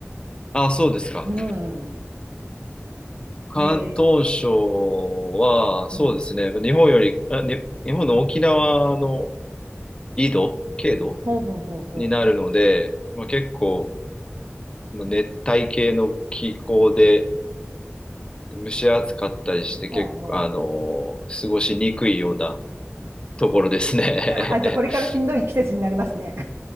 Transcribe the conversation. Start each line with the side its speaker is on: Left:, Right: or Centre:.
Left: あ、そうですか。
Right: うん。
Left: 広東省は、
Right: えー、
Left: そうですね。
Right: うん。
Left: 日本より、あ、に、日本の沖縄の緯度、経度
Right: ほうほうほうほう。
Left: になるので、まあ、結構、まあ熱帯系の気候で蒸し暑かったりして、
Right: ほうほう。
Left: 結構、あの、過ごしにくいようなところですね。
Right: あ、じゃあこれからしんどい季節になりますね。
Left: <laughs>